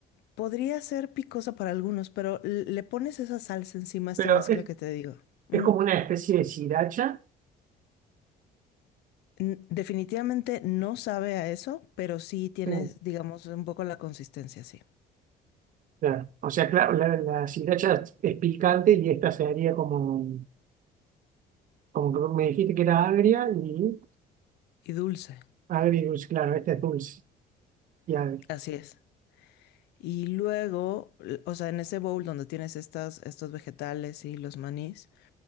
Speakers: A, on the left; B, on the right.
A: Podría ser picosa para algunos, pero l- le pones esa salsa encima a
B: Pero
A: esta mezcla
B: es,
A: que te digo. Ujú.
B: es como una especie de sriracha.
A: N- Definitivamente no sabe a eso, pero sí tienes,
B: sí.
A: digamos, un poco la consistencia, sí.
B: Claro. O sea, claro, la, la sriracha es es picante y esta sería como, como que me dijiste que era agria y
A: Y dulce,
B: agria y dulce, claro, esta es dulce y agria.
A: así es. Y luego, l- o sea, en ese bowl donde tienes estas, estos vegetales y los manís,